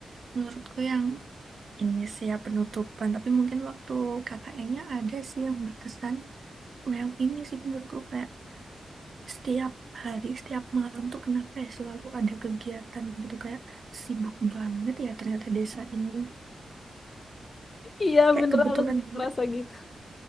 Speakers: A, on the right; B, on the left.
A: menurutku yang Ini sih ya penutupan, tapi mungkin waktu KKN-nya ada sih yang berkesan. "Oh, Yang ini sih menurutku kayak setiap hari, setiap malam tuh kenapa ya selalu ada kegiatan gitu. Kayak sibuk banget ya ternyata desa ini.
B: Iya
A: Kayak
B: bener
A: kebetulan
B: aku juga
A: banget,
B: ngerasa gitu.